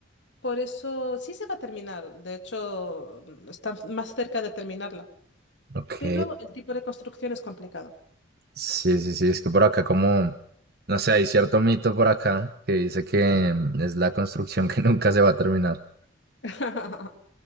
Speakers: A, on the left; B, on the right.
A: Por eso sí se va a terminar, de hecho están más cerca de terminarla,
B: Ok.
A: pero el tipo de construcción es complicado.
B: Sí, sí, sí. Es que por acá como, no sé, hay cierto mito por acá que dice que mm, es la construcción que <laughs> nunca se va a terminar.
A: <laughs>